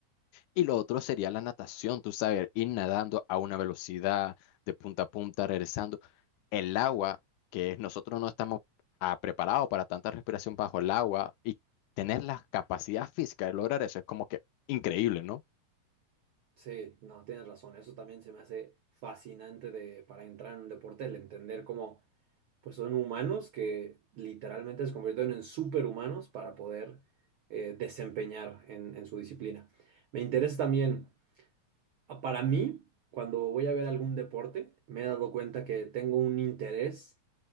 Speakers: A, on the left; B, on the right.
A: Y lo otro sería la natación, tú sabes, ir nadando a una velocidad de punta a punta, regresando. El agua, que nosotros no estamos ah, preparados para tanta respiración bajo el agua y tener la capacidad física de lograr eso es como que increíble, ¿no?
B: Sí, no, tienes razón. Eso también se me hace fascinante de, para entrar en un deporte, el entender cómo... pues son humanos que literalmente se convirtieron en superhumanos para poder eh, desempeñar en, en su disciplina. Me interesa también, a- para mí, cuando voy a ver algún deporte, me he dado cuenta que tengo un interés